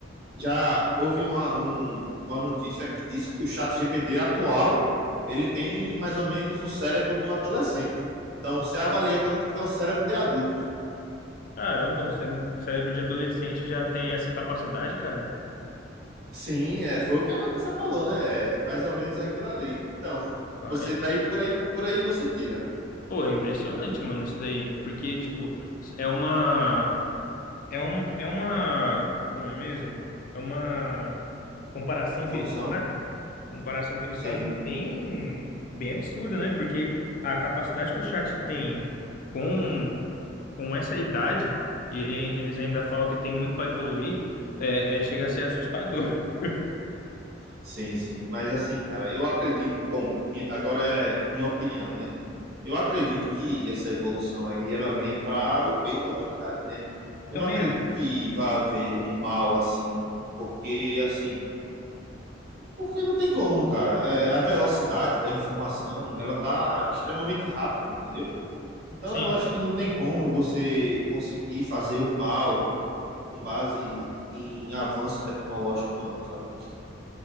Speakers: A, on the right (about 55°); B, on the left (about 45°).
A: já houve uma, um- uma notícia que disse que o chat GPT atual, ele tem mais ou menos o cérebro de um adolescente. Então, você avalia quando ele tiver um cérebro de adulto.
B: Caramba, o cérebro, o cérebro de adolescente já tem essa capacidade, cara.
A: Sim, é, foi o que a notícia falou, né? É mais ou menos aquilo ali. Então,
B: Vai.
A: você daí por aí, por aí você tira.
B: Pô, é impressionante, mano, isso daí. Porque, tipo, é uma. É um, é uma. Como é mesmo? É uma comparação
A: Evolução?
B: que eles fazem. Comparação que eles
A: Sim,
B: fazem bem, bem absurda, né? Porque a capacidade que o chat tem com com essa idade, e ele- eles ainda falam que tem muito para evoluir, é, é, chega a ser assustador. <laughs>
A: sim, sim. Mas assim, cara, eu acredito. Bom, mi- agora é minha opinião, né? Eu acredito que essa evolução aí ela venha para o bem da humanidade, né? Eu
B: Também
A: não acredito
B: é.
A: que vá haver um mal assim, porque assim, porque não tem como, cara. É, a velocidade da informação, ela tá extremamente rápida, entendeu? Então,
B: Sim.
A: eu acho que não tem como você conseguir fazer o mal com base em avanço tecnológico, não, sabe?